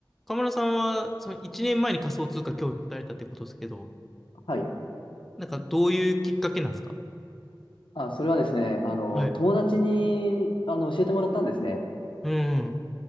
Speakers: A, in the centre; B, on the left (about 80°).
A: 河村さんは、その1年前に仮想通貨興味持たれたってことですけど、
B: はい。
A: なんかどういうきっかけなんですか
B: あ、それはですね、あの、
A: はい。
B: 友達に、あの、教えてもらったんですね。
A: うん。うん